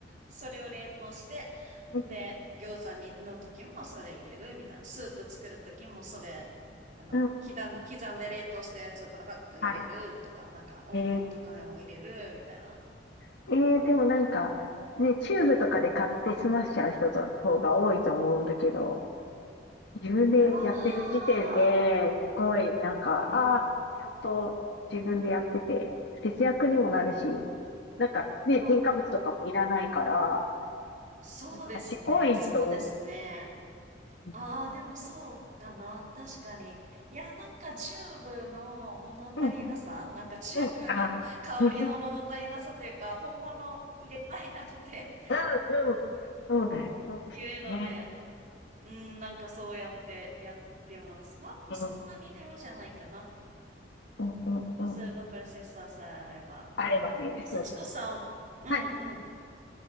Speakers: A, on the right; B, on the left.
A: それを冷凍して、
B: うん
A: んで、餃子にの時もそれ入れるみたいな。スープ作る時もそれ、あの、
B: うんうん
A: 刻ん、刻んで冷凍したやつをパラパッと入れるとか、
B: はい。
A: なんかおうどんとかも入れるみたいな。
B: えー、えーでもなんか、ね、チューブとかで買って済ましちゃう人の方が多いと思うんだけど、
A: うん
B: 自分でやってる時点で、
A: ああ、
B: すごい、なんか、
A: うん。
B: ああ、ちゃんと自分でやってて、節約にもなるし、
A: あ
B: なんかね、添加物とかもいらないから、
A: あ、そうですね。
B: なんか賢いと思
A: そうですね。
B: う。
A: ああ、でもそうかな。確かに。いや、なんかチューブの物足りなさ、
B: うんうん
A: なんかチューブの
B: うん、あ、
A: <laughs>
B: <laughs>
A: 香りの物足りなさというか、
B: うん、
A: 本物入れたいなって
B: うん、うん、そうだよ、
A: <laughs>
B: そうですよね。
A: いうので、うん、なんかそうやってやってます。まあ、でもそんなに手間じゃないかな。
B: うん、うん、うん、
A: スードプロセッサーさえあれば。
B: うん。あればね、
A: え、
B: そうです。
A: 幸子さん、うんうん。
B: はい、